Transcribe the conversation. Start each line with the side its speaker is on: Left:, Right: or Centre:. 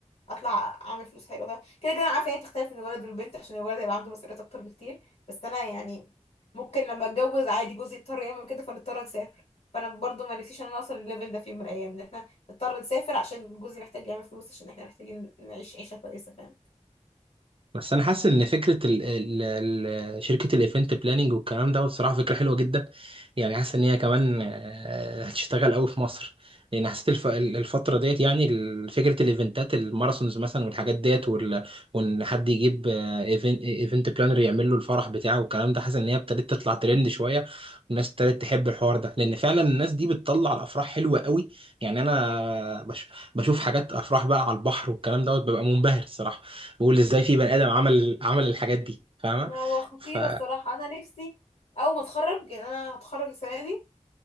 Left: اطلع اعمل فلوس حلوه طبعا كده كده انا عارفه هي بتختلف من الولد والبنت عشان الولد هيبقى عنده مسؤوليات اكتر بكتير بس انا يعني ممكن لما اتجوز عادي جوزي يضطر يعمل كده فنضطر نسافر فانا برضو ما نفسيش ان انا اوصل للليفل ده في يوم من الايام ان احنا نضطر نسافر عشان جوزي محتاج يعمل فلوس عشان احنا محتاجين نعيش عيشه كويسه فاهم
Right: بس انا حاسس ان فكره ال ال ال شركه الايفنت بلاننج والكلام ده الصراحه فكره حلوه جدا يعني حاسس ان هي كمان آه، هتشتغل قوي في مصر لان حسيت الف الفتره ديت يعني ال- فكره الايفنتات الماراثونز مثلا والحاجات ديت وال- وان حد يجيب ايفنت ايفنت بلانر يعمل له الفرح بتاعه والكلام ده حاسس ان هي ابتدت تطلع ترند شويه والناس ابتدت تحب الحوار ده لان فعلا الناس دي بتطلع الافراح حلوه قوي يعني انا
Left: أيوة.
Right: بش- بشوف حاجات افراح بقى على البحر والكلام دوت ببقى منبهر الصراحه بقول ازاي في بني ادم عمل عمل الحاجات دي فاهمه
Left: هو خطير
Right: ف
Left: الصراحه انا نفسي اول ما اتخرج يعني انا هتخرج السنه دي